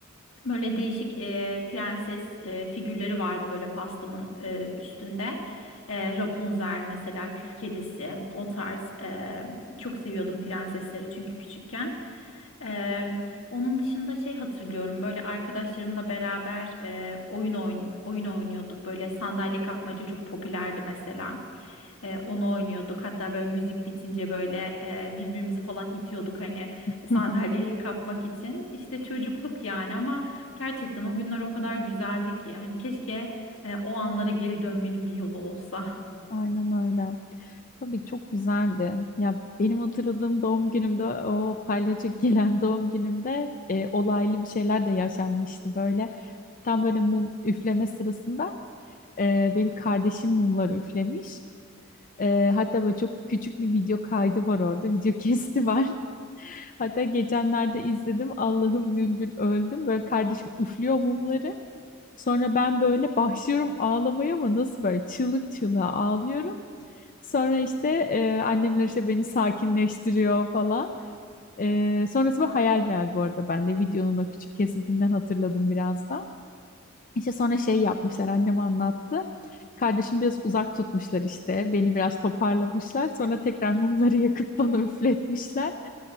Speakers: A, on the left; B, on the left.
A: Böyle değişik e, prenses e, figürleri vardı böyle pastamın e, üstünde. E, Rapunzel mesela Kül Kedisi o tarz e, çok seviyordum prensesleri çünkü küçükken. E, onun dışında şey hatırlıyorum böyle arkadaşlarımla beraber e, oyun oyn oyun oynuyorduk. Böyle sandalye kapmaca çok popülerdi mesela. E, onu oynuyorduk. Hatta böyle müzik bitince böyle e, birbirimizi falan itiyorduk hani
B: <laughs>
A: sandalyeye kapmak için. İşte çocukluk yani ama gerçekten o günler o kadar güzeldi ki. Hani keşke e, o anlara geri dönmenin bir yolu olsa. <laughs>
B: Aynen öyle. Tabii ki çok güzeldi. Ya benim hatırladığım doğum günümde o palyaço gelen <laughs> doğum günümde e, olaylı bir şeyler de yaşanmıştı böyle. Tam böyle mum üfleme sırasında Ee, benim kardeşim mumları üflemiş. Ee, hatta böyle çok küçük bir video kaydı var orada. Video kesti var. <laughs> Hatta geçenlerde izledim. Allah'ım gül gül öldüm. Böyle kardeşim üflüyor mumları. Sonra ben böyle başlıyorum ağlamaya ama nasıl böyle çığlık çığlığa ağlıyorum. Sonra işte e, annemler işte beni sakinleştiriyor falan. E, sonrası bu hayal meyal bu arada ben de videonun o küçük kesitinden hatırladım biraz da. İşte sonra şey yapmışlar annem anlattı. Kardeşim biraz uzak tutmuşlar işte. Beni biraz toparlamışlar. Sonra tekrar mumları yakıp <laughs> bana üfletmişler.